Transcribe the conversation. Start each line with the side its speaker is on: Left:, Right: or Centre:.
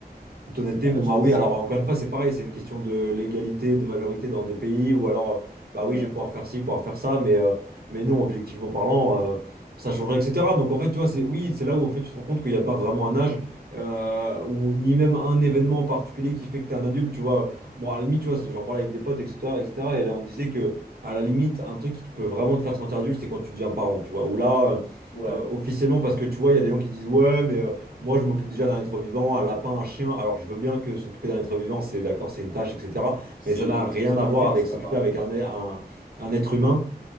Right: toute honnêteté,
Left: En
Right: bon
Left: fait,
Right: bah
Left: je pense
Right: oui, alors
Left: que c'est.
Right: encore une fois, c'est pareil, c'est une question de l'égalité, de majorité dans des pays, ou alors, euh, bah
Left: Ouais,
Right: oui, je vais pouvoir faire ci, pouvoir faire ça, mais, euh, mais non, objectivement parlant, euh, ça changerait, etc. Donc en fait, tu vois, c'est oui, c'est là où en fait tu te rends compte qu'il n'y a pas vraiment un âge, euh, ou ni même un événement en particulier qui fait que tu es un adulte, tu vois. Bon, à la limite, tu vois, j'en parlais avec des potes, etc., etc., et cetera, et là on disait que, à la limite, un truc qui te peut vraiment te faire sentir adulte, c'est quand tu deviens parent, tu vois, ou là, euh,
Left: ouais,
Right: euh, officiellement, parce que tu vois, il y a des gens qui disent, ouais, mais... euh, moi, je m'occupe déjà d'un être vivant, un lapin, un chien. Alors, je veux bien que s'occuper d'un être vivant, c'est d'accord, c'est une tâche, etc.
Left: c'est
Right: Mais ça n'a
Left: une responsabilité,
Right: rien à voir avec
Left: mais c'est
Right: s'occuper
Left: pas pareil.
Right: avec un, un, un être humain